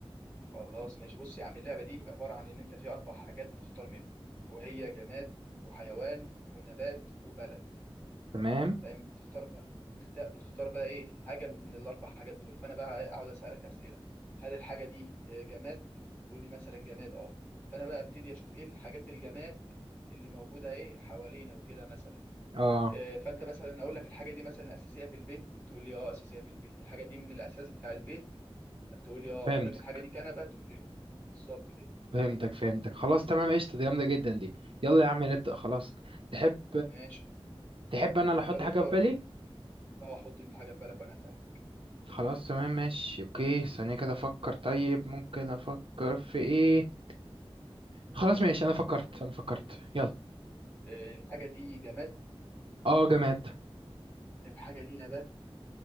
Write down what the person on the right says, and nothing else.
تمام
اه
فهمتك
فهمتك فهمتك خلاص تمام قشطه دي جامده جدا دي يلا يا عم نبدا خلاص تحب
تحب انا اللي احط
حاجه
في بالي
خلاص تمام ماشي اوكي ثانيه كده افكر طيب ممكن افكر في ايه خلاص ماشي انا فكرت انا فكرت يلا
اه جماد